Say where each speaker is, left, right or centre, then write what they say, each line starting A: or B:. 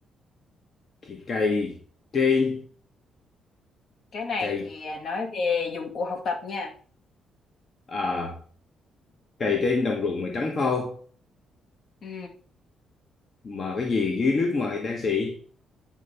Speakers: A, on the left; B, on the left.
A: Thì cây trên
B: cái này
A: cây
B: thì à, nói về dụng cụ học tập nha
A: à cây trên đồng ruộng mà trắng phau
B: ừ.
A: mà cái gì dưới nước mà đang xị